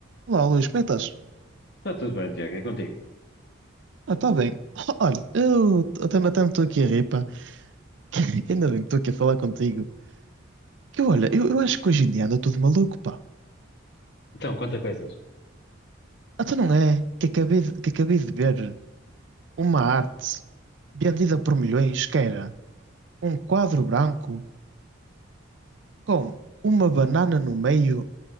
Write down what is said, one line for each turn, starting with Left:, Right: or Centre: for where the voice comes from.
Right: Olá, Luís, como é que estás?
Left: Está tudo bem, Tiago, é contigo.
Right: Ah, está bem. <laughs> Olha, eu até, até me estou aqui a rir, pá. <laughs> Que ainda bem que estou aqui a falar contigo. Que olha, eu, eu acho que hoje em dia anda tudo maluco, pá.
Left: Então, conta coisas.
Right: Até não é? Que acabei de, que acabei de ver uma arte vendida por milhões, que era um quadro branco com uma banana no meio